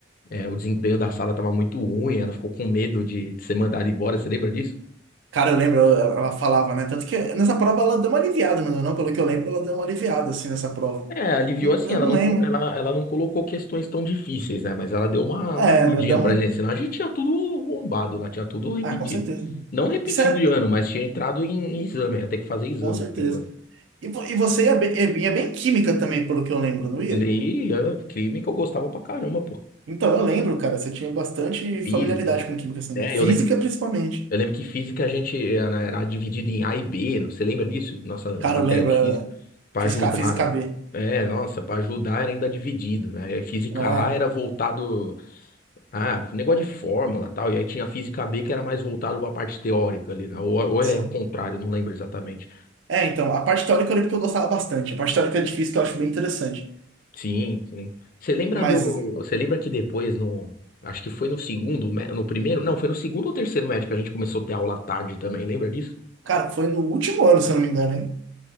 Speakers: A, on the left (about 45°); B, on the right (about 70°).
A: é, o desempenho da sala tava muito ruim, ela ficou com medo de ser mandada embora, você lembra disso?
B: Cara, eu lembro, ela, ela falava, né? Tanto que nessa prova ela deu uma aliviada, não deu, não? Pelo que eu lembro, ela deu uma aliviada, assim, nessa prova.
A: É, aliviou
B: Hum,
A: assim,
B: Eu
A: ela
B: não
A: não,
B: lembro.
A: co- ela, ela não colocou questões tão difíceis, né? Mas ela deu uma,
B: É,
A: uma ajudinha
B: deu
A: pra
B: uma.
A: gente, senão a gente tinha tudo bombado lá, tinha tudo repetido.
B: Ah, com certeza.
A: Não repetido
B: Isso é,
A: de ano, mas tinha entrado em, em exame, ia ter que fazer exame
B: com certeza.
A: no fim do ano.
B: E, vo- e você ia bem, ia bem- ia bem em química também, pelo que eu lembro, não ia?
A: Li, é, crime que eu gostava pra caramba, pô.
B: Então, eu lembro, cara, você tinha bastante
A: Física.
B: familiaridade com química, assim,
A: É,
B: né? Física,
A: eu lembro que,
B: principalmente.
A: eu lembro que física a gente era, era dividido em A e B, não- você lembra disso? Nossa
B: Cara,
A: matéria
B: eu lembro,
A: de
B: era
A: física. Pra
B: física,
A: ajudar,
B: A, física
A: né?
B: B.
A: É, nossa, pra ajudar era ainda dividido, né? E aí física
B: É,
A: A era voltado. Ah, pro negócio de fórmula e tal. E aí tinha física B que era mais voltado pra parte teórica ali, né? Ou, ou
B: sim.
A: é o contrário, não lembro exatamente.
B: É, então, a parte teórica eu lembro que eu gostava bastante. A parte teórica de física eu acho bem interessante.
A: Sim, sim. Você lembra
B: Mas,
A: do. Você lembra que depois no. Acho que foi no segundo, mé- no primeiro. Não, foi no segundo ou terceiro médico que a gente começou a ter aula à tarde também, lembra disso?
B: cara, foi no último ano, se eu não me engano, hein?